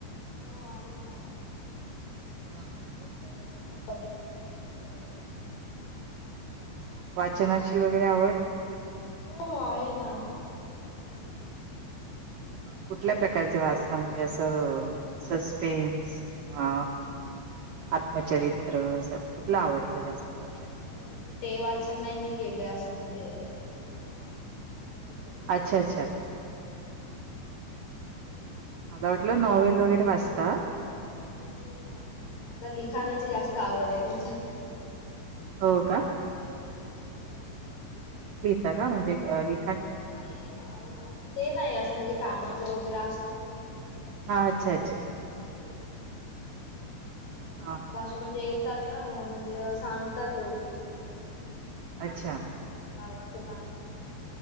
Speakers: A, on the left; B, on the right.
A: हो आहे ना
B: हा हा हा
A: हे पण बघते न्यूज वगैरे
B: वाचनाची
A: काय झालं
B: वगैरे
A: काय
B: आवड
A: हो हो आहे ना असं म्हणजे कधी
B: कुठल्या प्रकारचे वाचता म्हणजे असं सस्पेन्स किंवा आत्मचरित्र अस कुठलं आवडतं जास्त वा
A: वाचन म्हणजे ते वाचन नाही मी केलंय असं म्हणजे सेवा म्हण देवा पुस्तक
B: अच्छा अच्छा
A: वगैर वा नाही
B: मला
A: तर
B: वाटलं
A: मग
B: नॉवल वगैरे वाचत
A: नाही ते नाही अस मला लिखाणाची जास्त आवड आहे त्याच्यात
B: हो का
A: हा लिखाण जास्त म्हणजे आवडत
B: ता का म्हणजे अ ली
A: नाही अ आओ असं ते नाही असं म्हणजे कामाचं वगैरे असतं ना
B: हा अच्छा अच्छा
A: ते लिहिते मी म्हणजे आता
B: हा
A: मला
B: हा
A: असं म्हणजे म्हणजे सांगतात लोक लिहायला आता
B: अच्छा
A: पण ते गावाचं काम आहे ना